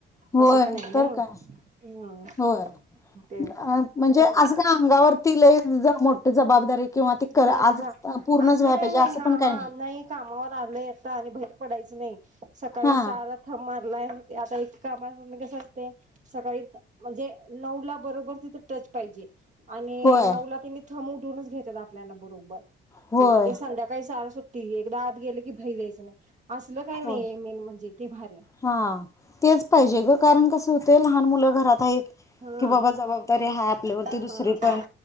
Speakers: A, on the left; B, on the right.
A: होय
B: असं पण आहे ना
A: तर काय
B: हम्म
A: होय
B: ते
A: अ म्हणजे
B: बर
A: असं काही अंगावरती लई मोठी जबाबदारी किंवा ती कर
B: हा
A: आज
B: झा
A: पूर्णच
B: असलं
A: व्हाय
B: काही
A: पाहिजे
B: नाही
A: असं
B: हा
A: पण काही
B: हा
A: नाही
B: नाई कामावर आलयं आत्ता आणि बाहेर पडायचं नाही सकाळी
A: हा
B: सहाला थंम मारलाय आता इ कामाव म मी कसं असतंय सकाळी म्हणजे नऊला बरोबर तिथे टच पाहिजे. आणि
A: होय
B: नऊला त्येंनी हा मोडूनच घेत्यात आप प्लॅन बरोबर
A: होय
B: तेन ते संध्याकाळी सहाला सुट ती एकदा आत गेलं की बाहेर यायचं नाही. असलं काही नाहीये
A: होय
B: मेन म्हणजे ते भारी
A: हा तेचं पाहिजे ग कारण कसं होतंय लहान मुल घरात हाईत.
B: हा
A: की बाबा जबाबदा गेल्यावर
B: हा
A: ती दुसरी पण